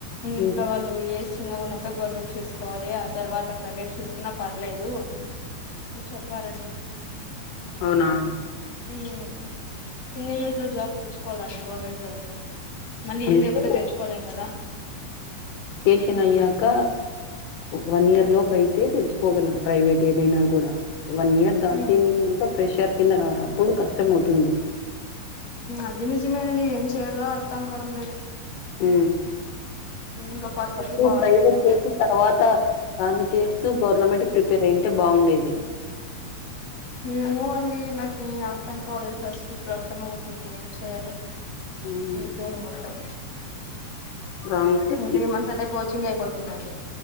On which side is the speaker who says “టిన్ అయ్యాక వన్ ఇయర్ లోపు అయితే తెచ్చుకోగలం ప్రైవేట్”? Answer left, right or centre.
Left